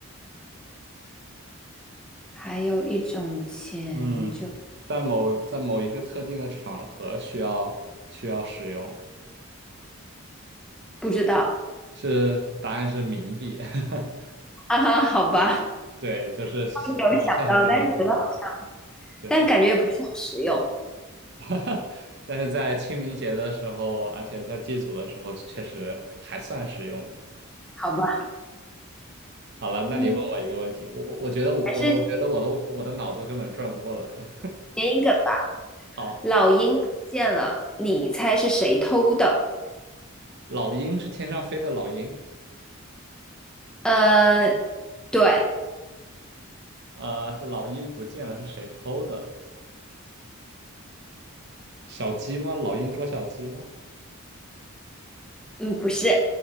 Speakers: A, in the centre; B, on the right.
A: 还有一种钱就
B: 嗯，在某在某一个特定的场合需要需要使用，
A: 不知道
B: 是答案是冥币。<laughs>
A: 啊哈，好吧，
B: 对，就是啊，
A: 有想到，
B: 现实生活中用不了。
A: 但是觉得好像，
B: 对，
A: 但感觉也不是很实用，
B: <laughs> 但是在清明节的时候，而且在祭祖的时候，确实还算实用吧。
A: 好吧，
B: 好了，那你问我一个问题，
A: 嗯，
B: 我我我觉得我我我觉得我的我的脑子根本转不过来了。
A: 还是谐音梗吧。
B: 好，
A: 老鹰不见了，你猜是谁偷的？
B: 老鹰是天上飞的老鹰，
A: 呃，对，
B: 呃，老鹰不见了是谁偷的？小鸡吗？老鹰捉小鸡吗？
A: 嗯，不是，